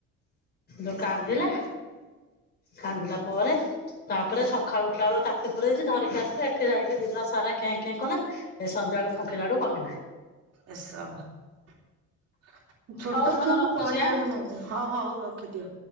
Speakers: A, on the left; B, on the right.
A: ଦୋକାନଥିଲା। କାନ୍ଦିଲା। ପରେ ତାପରେ ଖଳୁଠା ବେୁ ଚାତି ପୁରରେଇଛି ଧରିକ ଏଠି ଯାଇକି ଦିନ ସାରା ଖେଁ ଖେଁ କଲା ଏ ସନ୍ଧ୍ୟାବେଳୁକୁ ଫୁଙ୍କିଲା ଠୁ କମିଲା।
B: ଏସା <inaudible> ଛୋଟ
A: ହଉ ଧନ
B: ଛୁଆଙ୍କୁ
A: ରଖୁଛି
B: ପଡିଆଡେ
A: ଆଁ।
B: ନବେ ହଁ ହଉ ହଉ ରଖିଦିଅ।